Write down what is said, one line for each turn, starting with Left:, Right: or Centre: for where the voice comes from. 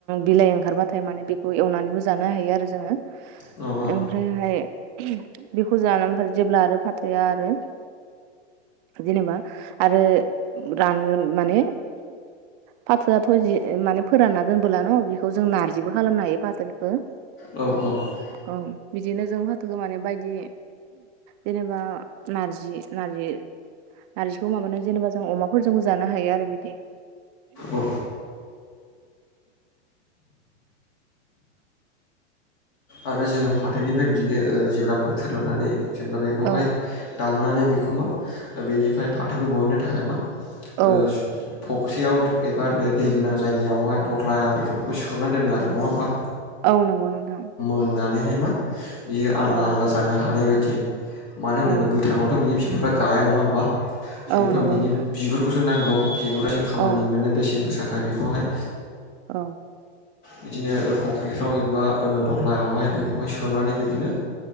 Right: बिलाइ ओंखारबाथाय माने बेखौ एवनानैबो जानो हायो आरो जोङो ओमफ्रायहाय
Left: औ औ
Right: बेखौ जानानै जेब्ला आरो फाथोया आरो जेनेबा आरो रानगोन माने फाथोआथ' जि माने फोरानना दोनबोला न' बेखौ जों नारजिबो खालामनो हायो फाथोखौ
Left: औ औ
Right: औ बिदिनो जों फाथोखौ मानि बायदि जेनेबा नारजि नारजि नारजिखौबो माबानो जेनेबा जों अमाफोरजोंबो जानो हायो आरो बिदि <inaudible>
Left: औ आरो जोङो फाथोनिफ्राय बिदिनो जेब्ला बोथोर लानानै जेब्ला बेखौहाय
Right: औ
Left: दाननानै बेखौ मा बेनिफ्राय फाथोखौ बहननो थाखाय मा
Right: औ
Left: ओ फख्रियाव एबा दै गोनां जायगायावहाय दह्ला आरिफोरखौ सोमनानै दोनो आरो नङा होमबा
Right: औ नंगौ नोंथां
Left: सोमनानैहाय मा बियो आलदा
Right: औ
Left: आलदा जानो हानाय बायदि मानो होनोबा
Right: औ
Left: गोथाङावथ' बिनि बिगुरफ्रा गाया नङा होमबा जोंनाावथ'
Right: औ नंगौ
Left: बिनि
Right: नोंथां
Left: बिगुरखौसो नांगौ। बिगुरासो खामानि
Right: औ
Left: मोनो बेसेन गोसााखाय बेखौहाय।
Right: औ
Left: बिदिनो फुख्रिफ्राव एबा दह्लाखौहाय बेखौहाय सोनानै बिदिनो।